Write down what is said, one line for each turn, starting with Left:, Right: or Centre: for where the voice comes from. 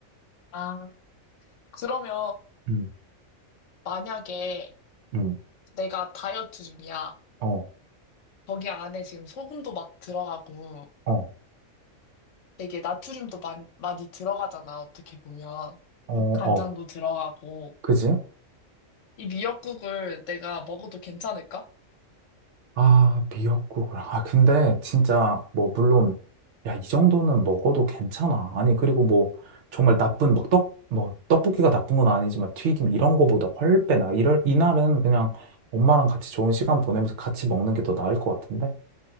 Left: 아, 그러면
Right: 음.
Left: 만약에
Right: 응,
Left: 내가 다이어트 중이야.
Right: 어,
Left: 거기 안에 지금 소금도 막 들어가고
Right: 어,
Left: 되게 나트륨도 많이, 많이 들어가잖아. 어떻게 보면.
Right: 어,
Left: 간장도
Right: 어.
Left: 들어가고
Right: 그지?
Left: 이 미역국을 내가 먹어도 괜찮을까?
Right: 아, 미역국을. 아, 근데 진짜 뭐, 물론, 야, 이 정도는 먹어도 괜찮아. 아니, 그리고 뭐, 정말 나쁜, 막 떡, 뭐, 떡볶이가 나쁜 건 아니지만 튀김 이런 거보다 훨빼나. 이럴, 이날은 그냥 엄마랑 같이 좋은 시간 보내면서 같이 먹는 게 더 나을 것 같은데?